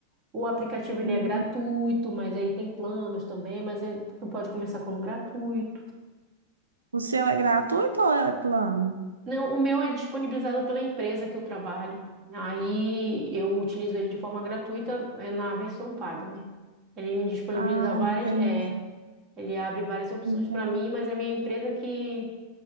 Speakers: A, on the right; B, on the right.
A: O aplicativo ele
B: entende?
A: é gratuito, mas aí tem planos também, mas é- tu pode começar como gratuito.
B: O seu é gratuito ou é plano?
A: Não, o meu é disponibilizado pela empresa que eu trabalho. Aí eu utilizo ele de forma gratuita, é na versão paga, né? Ele me disponibiliza
B: Ah,
A: várias,
B: entendi,
A: é, ele abre várias opções
B: entendi.
A: para mim, mas é minha empresa que,